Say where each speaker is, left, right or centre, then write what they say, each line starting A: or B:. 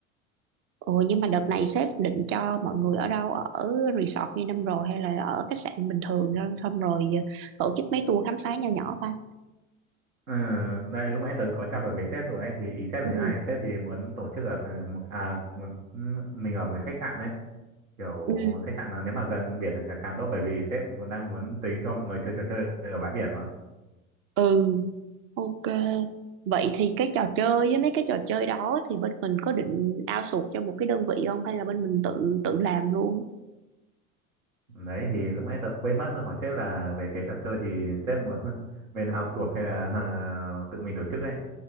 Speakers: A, on the right (about 30°); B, on the right (about 75°).
A: ừ, nhưng mà đợt này sếp định cho mọi người ở đâu ở resort như năm rồi hay là ở khách sạn bình thường xong xong rồi ờ, tổ chức mấy tour khám phá nho nhỏ ta
B: ừ. đây lúc nãy tớ có trao đổi với sếp rồi ấy, thì ý sếp
A: ừ
B: là thế này sếp thì muốn tổ chức ở ờ, một à muốn mình ở một cái khách sạn đấy kiểu
A: ừ
B: khách sạn mà nếu mà gần biển là càng càng tốt bởi vì sếp còn đang muốn tính cho mọi người chơi trò chơi ở bãi biển mà
A: ừ ok vậy thì cái trò chơi với mấy cái trò chơi đó thì bên mình có định outsource cho một cái đơn vị không hay là bên mình tự tự làm luôn
B: đấy thì lúc nãy tớ quên mất hỏi sếp là về cái trò chơi thì sếp muốn <laughs> bên outsource hay là <laughs> à, tự mình tổ chức ấy